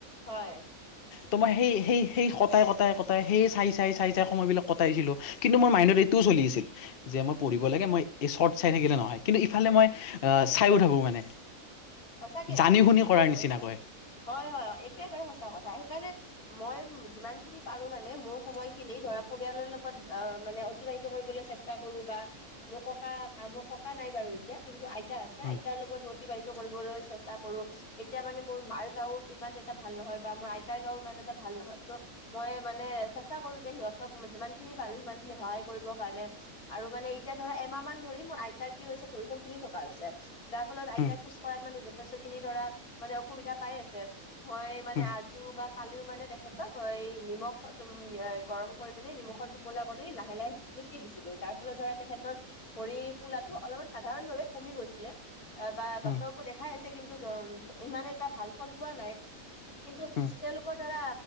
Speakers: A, on the left; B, on the left.
A: হয়।
B: তোমাৰ মই সেই সেই সেই কটাই কটাই কটাই, সেই চাই চাই চাই চাই সময় বিলাক কটাইছিলো কিন্তু মোৰ মাইণ্ডত এইটোও পুলি আছিল যে মই পঢ়িব লাগে, মই এই চৰ্ট চাই থাকিলে নহয় কিন্তু ইফালে মই আ, চাইও থাকো মানে
A: সঁচাকে
B: জানি শুনি
A: ঠিকে
B: কৰাৰ
A: কৈছা।
B: নিচিনা কয়।
A: হয় হয় একেবাৰে সচা কথা, সেইকাৰণে মই যিমানখিনি পাৰো মানে মোৰ সময়খিনি ধৰা পৰিয়ালৰ লগত আ, মানে অতিবাহিত কৰিবলৈ চেষ্টা কৰো বা মোৰ ককা মই ককা নাই বাৰু এতিয়া কিন্তু আইতা আছে
B: উম
A: আইতাৰ লগত অতিবাহিত কৰিবলৈ চেষ্টা কৰো। এতিয়া মানে মোৰ মাৰ গাও ইমান এটা ভাল নহয় বা মোৰ আইতাৰ গাও ইমান এটা ভাল নহয় ত' মই মানে চেষ্টা কৰো যে সিহঁতক যিমানখিনি পাৰো সিমানখিনি সহায় কৰিবৰ কাৰণে। আৰু মানে এতিয়া ধৰা এমাহ মান ধৰি মোৰ আইতাৰ কি হৈছে ভৰিখন তিলি থকা হৈছে যাৰ ফলত আইতাক
B: উম
A: মানে যথেষ্টখিনি ধৰা মানে অসুবিধা পাই আছে। মই মানে
B: উম
A: আজিও বা কালিও মানে তেখেতক নিমখ তুম এই গৰম কৰি পিনে নিমখৰ টোপোলা বনাই লাহে লাহে থেকি দিছিলো, যাৰ ফলত ধৰা তেখেত <unintelligible> ভৰি ফুলাটো অলপমান সাধাৰণ ভাৱে কমি গৈছিলে, এ বা
B: উম
A: ক্তৰকো দেখাই আছে কিন্তু দ-ইমান এটা ভাল ফল পোৱা নাই। কিন্তু
B: উম
A: তেওঁলোক ধৰা